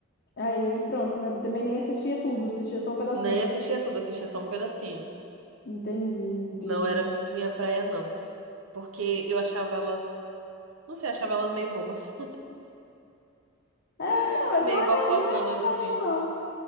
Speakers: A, on the left (about 50°); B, on the right (about 80°).
A: Aí pronto, né? Também nem assistia tudo, assistia só um pedacinho.
B: Nem assistia tudo, assistia só um pedacinho.
A: Entendi, entendi.
B: Não era muito minha praia, não. Porque eu achava elas. Não sei, achava elas meio bobas.
A: É,
B: <laughs>
A: não,
B: Meio
A: não era,
B: bocozonas
A: não era fantástico,
B: assim.
A: não.